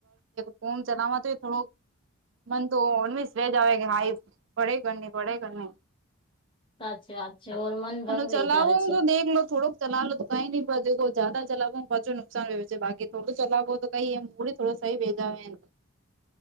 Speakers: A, on the right; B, on the left.
A: ફમ ચલાવા તો થોડો મન તો ઓનવીસ વેજ આવે કે હાઈ પડે કર ની પડે કર નહી
B: સાચી વાત છે ઓર મન ભંગ
A: અને
B: વેચાવે
A: ચલાવો હું
B: છે
A: જો દેખ લો થોડો ચલા લોમ તો કઈ ન પજે જદ ચલાવો પાચો નુકસાન વવે છેે બાકી થોડું ચલાવો તો કઈ એમ મડી થડો સહી ભેજા આવે એ